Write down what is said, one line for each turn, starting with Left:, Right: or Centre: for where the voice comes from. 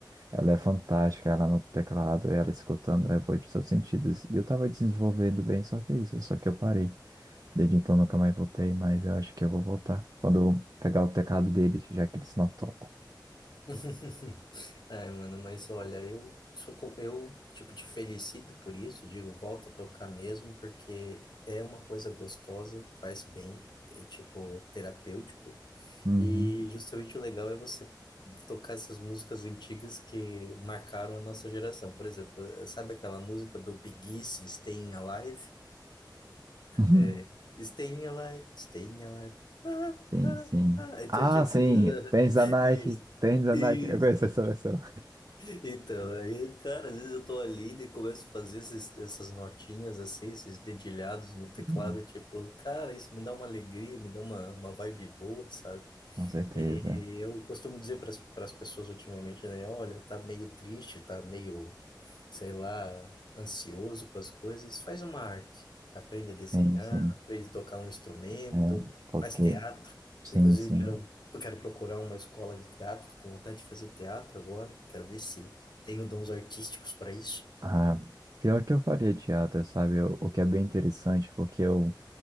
Right: Ela é fantástica, ela no teclado, ela escutando, é boa de todos os sentidos. E eu tava desenvolvendo bem, só que é isso, só que eu parei. Desde então nunca mais voltei, mas eu acho que eu vou voltar. Quando eu pegar o teclado deles, já que eles não tocam.
Left: <laughs> Ai, mano, mas olha, eu sou com- eu tipo te felicito por isso, digo, volta a tocar mesmo, porque é uma coisa gostosa, faz bem, é tipo terapêutico.
Right: Uhum.
Left: E justamente o legal é você tocar essas músicas antigas que marcaram a nossa geração. Por exemplo, eh, sabe aquela música do Big Easy, Staying Alive?
Right: <laughs>
Left: É, Staying Alive, Staying Alive. Ah,
Right: Sim,
Left: ah,
Right: sim.
Left: ah. Então,
Right: Ah,
Left: tipo,
Right: sim,
Left: às vezes, eh,
Right: tênis da Nike,
Left: <laughs> isso.
Right: tênis da
Left: Isso.
Right: Nike. Eu conheço essa versão.
Left: Então, aí, cara, às vezes eu tô ali e começo a fazer esses- essas notinhas assim, esses dedilhados no teclado,
Right: <laughs>
Left: e tipo, cara, isso me dá uma alegria, me dá uma, uma vibe boa, sabe?
Right: Com certeza.
Left: E eu costumo dizer para as pessoas ultimamente, né? Olha, tá meio triste, tá meio, sei lá, ansioso com as coisas. Faz uma arte. Aprende a desenhar,
Right: Sim, sim.
Left: aprende a tocar um instrumento,
Right: É, porque,
Left: faz teatro.
Right: sim,
Left: Inclusive,
Right: sim.
Left: quero, quero procurar uma escola de teatro, tô com vontade de fazer teatro agora. Quero ver se tenho dons artísticos para isso.
Right: Ah, pior que eu faria teatro, sabe? Eu- o que é bem interessante, porque eu,